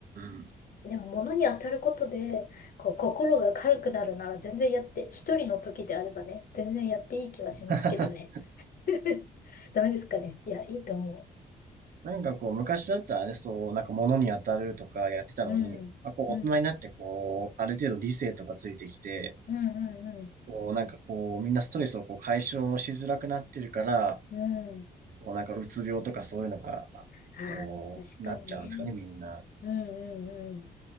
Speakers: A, on the right; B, on the left.
A: ーん。
B: でも物に当たることで、こう、心が軽くなるなら全然やって、一人の時であればね、全然やっていい気はしますけどね。
A: <laughs>
B: <laughs> ダメですかね。いや、いいと思
A: なんかこう、昔だったらね、そう、なんか物に当たるとかやってたのに、
B: う。うん。
A: まあ、こう、
B: うん。
A: 大人になってこう、ある程度理性とかついてきて、
B: うんうん
A: こう、なんかこう、みんなストレスをこう解消しづらくなってるから、
B: うん。うん。
A: こう、なんかうつ病とかそういうのが、
B: ああ、
A: こう、
B: 確かにね。
A: なっちゃうんですかね、みんな。
B: うんうんうん。